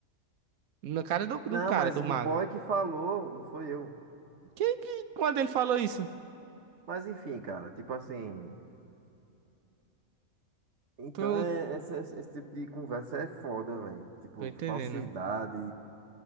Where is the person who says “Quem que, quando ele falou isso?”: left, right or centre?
Right